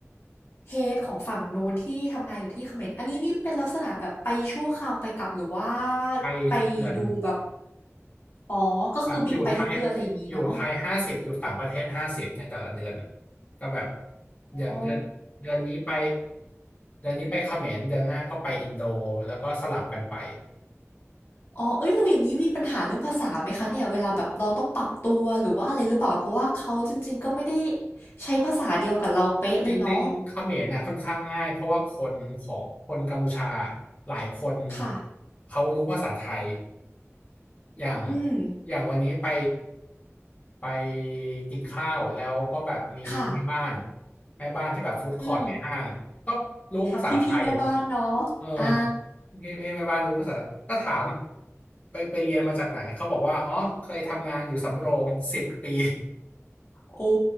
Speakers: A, on the left; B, on the left.
A: h e a ของฝั่งนู้นที่ทำงานอยู่ที่เขมรอันนี้นี่เป็นลักษณะแบบไปชั่วคราวไปกลับหรือว่า
B: ไปทุกเดือน
A: ไปดูแบบอ๋อก็คือบินไปทุกเดือนอะไรอย่างนี้เนาะ
B: แบบอยู่ไทยอยู่ไทยห้าสิบอยู่ต่างประเทศห้าสิบในแต่ละเดือนก็แบบอย่างเดือนเดือนนี้ไป
A: อ๋อ
B: เดือนนี้ไปเขมรเดือนหน้าก็ไปอินโดแล้วก็สลับกันไป
A: อ๋อเอ้ยเราอย่างนี้มีปัญหาเรื่องภาษาไหมคะเนี่ยเวลาแบบเราต้องปรับตัวหรือว่าอะไรหรือเปล่า เพราะว่าเขาจริงๆก็ไม่ได้ใช้ภาษาเดียวกับเราเป๊ะเลยเนาะ
B: จริงๆเขมรนะค่อนข้างง่ายเพราะว่าคนของคนกัมพูชาหลายคน
A: ค่ะ
B: เขารู้ภาษาไทยอย่าง
A: อืม
B: อย่างวันนี้ไปไปกินข้าวแล้วก็แบบมีแม่บ้าน
A: ค่ะ
B: แม่บ้านที่แบบฟู้ดคอร์ทในห้างก็รู้ภาษาไทย
A: อืมพี่พี่แม่บ้านเนาะ
B: เออ
A: อ่า
B: พี่พี่แม่บ้านรู้ภาษาก็ถามไปไปเรียนมาจากไหนเขาบอกว่าอ๋อเคยทำงานอยู่สำโรงสิบปี
A: โอ้